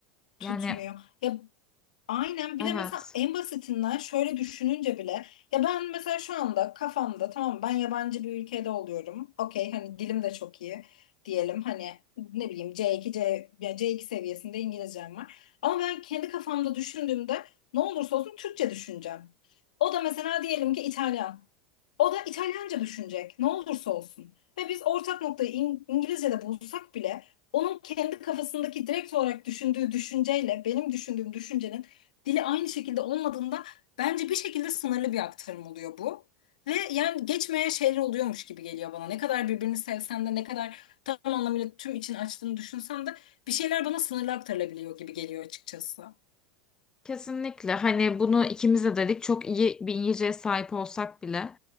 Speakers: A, on the left; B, on the left.
A: tutmuyor.
B: yani
A: Ya Aynen bir
B: evet
A: de mesela en basitinden şöyle düşününce bile ya ben mesela şu anda kafamda tamam ben yabancı bir ülkede oluyorum. Okey hani dilim de çok iyi diyelim hani ne bileyim C2 C, ya C2 seviyesinde İngilizcem var. Ama ben kendi kafamda düşündüğümde ne olursa olsun Türkçe düşüneceğim. O da mesela diyelim ki İtalyan. O da İtalyanca düşünecek ne olursa olsun. Ve biz ortak noktayı İng- İngilizce'de bulsak bile onun kendi kafasındaki direkt olarak düşündüğü düşünceyle benim düşündüğüm düşüncenin dili aynı şekilde olmadığında bence bir şekilde sınırlı bir aktarım oluyor bu. Ve yani geçmeyen şeyler oluyormuş gibi geliyor bana. Ne kadar birbirini sevsen de ne kadar tam anlamıyla tüm için açtığını düşünsen de bir şeyler bana sınırlı aktarılabiliyor gibi geliyor açıkçası.
B: Kesinlikle hani bunu ikimiz de dedik çok iyi bir İngilizceye sahip olsak bile